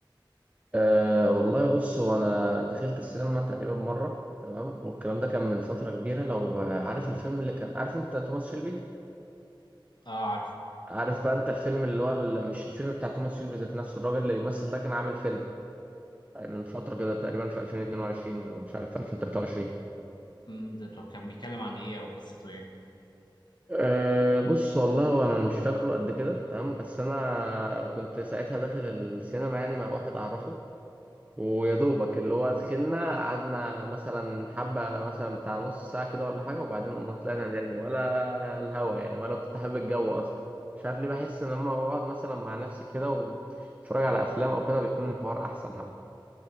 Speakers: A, on the right; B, on the left.
A: أه والله بص هو انا دخلت السينما تقريبا مره تمام والكلام ده كان من فتره كبيره لو آه، عارف الفيلم اللي كان عارف انت توماس شيلبي
B: اه عارفه
A: عارف بقى انت الفيلم اللي هو ال- مش الفيلم بتاع توماس شيلبي ذات نفسه الراجل اللي بيمثل ده كان عامل فيلم من فترة كده تقريبا في 2022 ولا مش عارف في 2023
B: امم ده طب كان بيتكلم عن ايه او قصته ايه
A: أه بص والله هو انا مش فاكره قد كده تمام بس انا كنت ساعتها داخل السينما يعني مع واحد اعرفه ويا دوبك اللي هو دخلنا قعدنا مثلا حبة مثلا بتاع نص ساعة كده ولا حاجة وبعدين قمنا طلعنا تاني ولا الهوا يعني ولا كنت حابب الجو أصلا مش عارف ليه بحس إن لما بقعد مثلا مع نفسي كده واتفرج على أفلام أو كده بيكون الحوار أحسن حبة